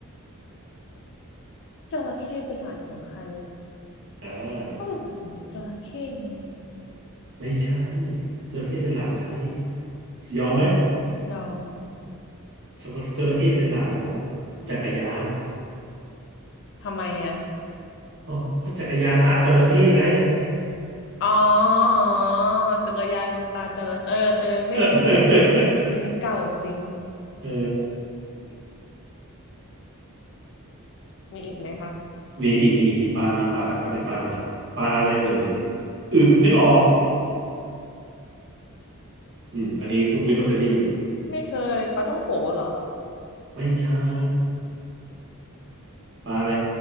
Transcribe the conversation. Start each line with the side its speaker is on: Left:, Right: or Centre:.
Left: จระเข้เป็นหลานของใคร
Right: อ่า
Left: ก็เป็นหลานของจระเข้ไง
Right: ไม่ใช่จระเข้เป็นหลานใครยอมไหม
Left: ยอม
Right: จระจระเข้เป็นหลานของจักรยาน
Left: ทำไมอ่ะ
Right: อ๋อก็จักรยานตาจระเข้ไง
Left: อ๋ออ๋อจักรยานเป็นตาจระเออเออไม่
Right: เออ <laughs>
Left: อันนี้เก่าจริง
Right: เออ
Left: <laughs> มีอีกไหมคะ
Right: มีอีกมีอีกมีปลามีปลากลับไปปลาใหม่ปลาอะไรเอ่ยอึไม่ออกอืมอันนี้คุณอุ้ยต้องเคยได้ยิน
Left: ไม่เคยปลาท่องโขเหรอ
Right: ไม่ใช่ปลาอะไร